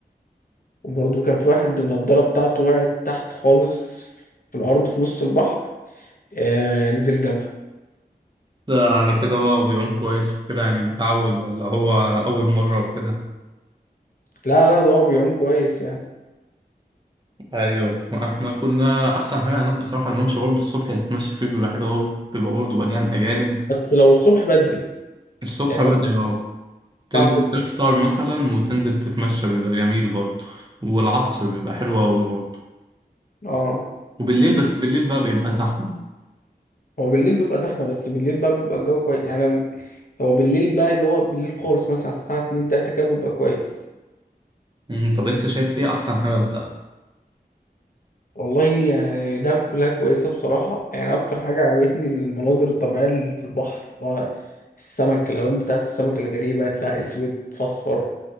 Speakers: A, on the left; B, on the right.
A: وبرضه كان في واحد النضارة بتاعته وقعت تحت خالص في الأرض في نص البحر آه، نزل جبهة
B: ده على كده بقى هو بيعوم كويس وكده يعني متعود ولا هو اول مره وكده
A: لا لا ده هو بيعوم كويس يعني
B: ايوه احنا كنا احسن حاجه هناك بصراحه الممشى برضو الصبح تتمشى فيه بيبقى حلو اوي بيبقى برضو مليان اجانب
A: بس لو الصبح بدري
B: الصبح
A: يعني
B: بدري
A: مثلا
B: اه
A: الساعة
B: تنزل
A: ستة
B: تفطر مثلا وتنزل تتمشى بيبقى جميل برضه والعصر بيبقى حلو أوي برضه
A: اه
B: وبالليل بس بالليل بقى بيبقى زحمة
A: هو بالليل بيبقى زحمة بس بالليل بقى بيبقى الجو كويس يعني هو بالليل بقى اللي هو بالليل خالص مثلا على الساعة اتنين تلاتة كده بيبقى كويس
B: أمم، طب أنت شايف إيه أحسن حاجة في دهب؟
A: والله يعني ده كلها كويسة بصراحة يعني أكتر حاجة عجبتني المناظر الطبيعية اللي في البحر اللي هو السمك الألوان بتاعت السمك الغريبة تلاقي أسود في أصفر